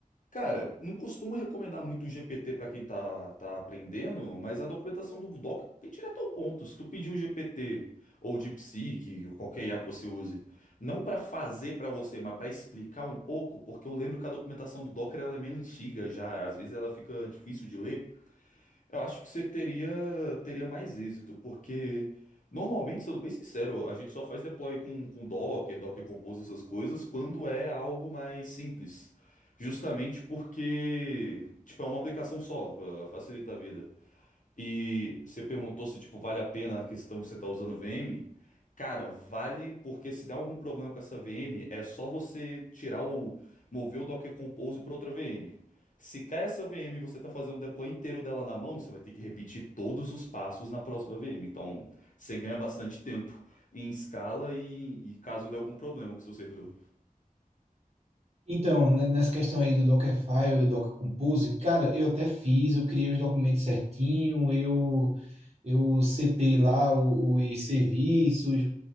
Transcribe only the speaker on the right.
Então, né, nessa questão aí do Dockerfile, Docker Compose, cara, eu até fiz, eu criei os documentos certinho, eu eu setei lá o- os serviços,